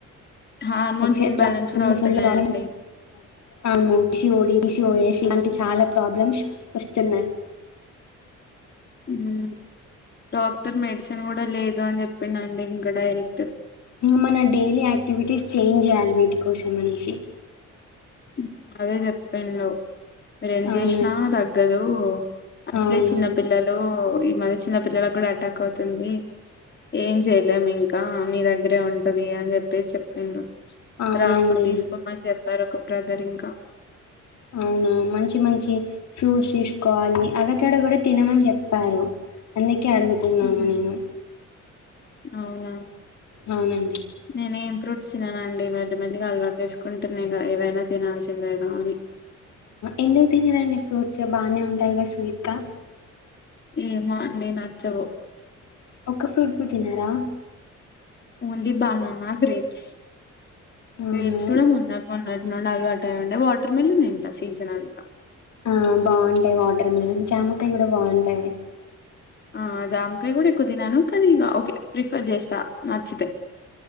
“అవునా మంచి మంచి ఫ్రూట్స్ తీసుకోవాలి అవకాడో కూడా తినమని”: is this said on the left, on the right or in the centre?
Left